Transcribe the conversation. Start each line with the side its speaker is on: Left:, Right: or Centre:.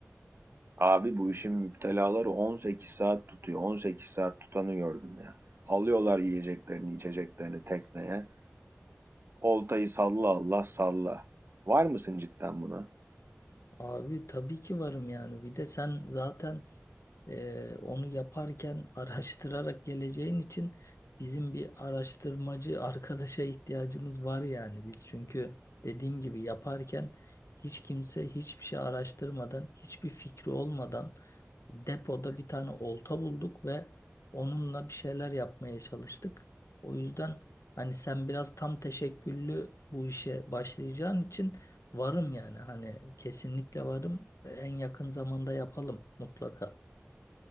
Right: Abi bu işin müptelaları 18 saat tutuyor. 18 saat tutanı gördüm ya. Alıyorlar yiyeceklerini, içeceklerini tekneye. Oltayı salla Allah salla. Var mısın cidden buna?
Left: Abi tabii ki varım yani. Bir de sen zaten Ee, onu yaparken <laughs> araştırarak geleceğin için bizim bir araştırmacı arkadaşa ihtiyacımız var yani biz çünkü dediğim gibi yaparken hiç kimse hiçbir şey araştırmadan hiçbir fikri olmadan depoda bir tane olta bulduk ve onunla bir şeyler yapmaya çalıştık. O yüzden hani sen biraz tam teşekküllü bu işe başlayacağın için varım yani hani kesinlikle varım en yakın zamanda yapalım mutlaka.